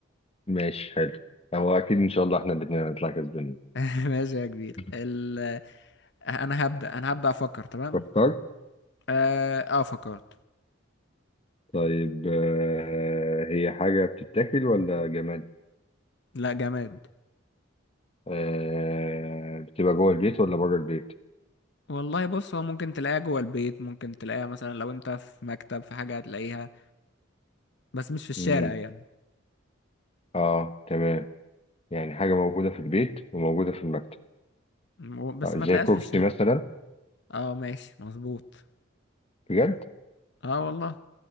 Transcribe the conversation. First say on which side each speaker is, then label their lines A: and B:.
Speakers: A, on the left; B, on the left.
A: ماشي حلو هو اكيد ان شاء الله احنا الاثنين هنطلع كسبانين
B: <laughs> ماشي يا كبير
A: <laughs>
B: ال... انا هبدأ انا هبدأ افكر تمام
A: فكرت
B: اه, آه فكرت
A: طيب آه هي حاجه بتتاكل ولا جماد
B: لا جماد
A: آه بتبقى جوه البيت ولا بره البيت
B: والله بص هو ممكن تلاقيها جوه البيت ممكن تلاقيها مثلا لو انت في مكتب في حاجة هتلاقيها بس مش في الشارع
A: مم.
B: يعني
A: اه تمام يعني حاجه موجوده في البيت وموجوده في المكتب
B: و- بس
A: آه
B: ما
A: زي
B: تلاقيهاش
A: كرسي
B: في الشارع
A: مثلا
B: اه ماشي مظبوط
A: بجد
B: اه والله